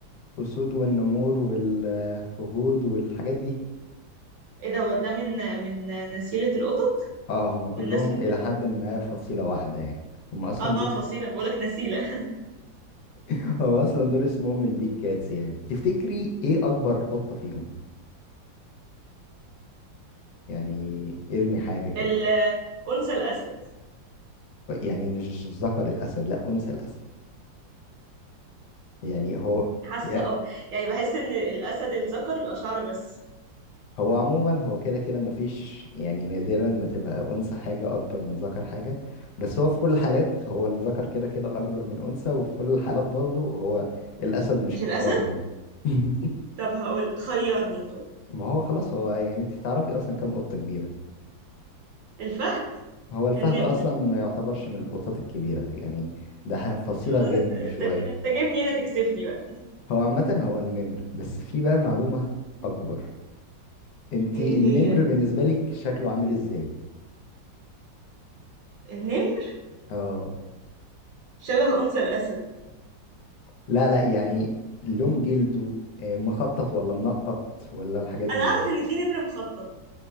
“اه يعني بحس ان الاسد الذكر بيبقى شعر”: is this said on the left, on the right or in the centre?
Right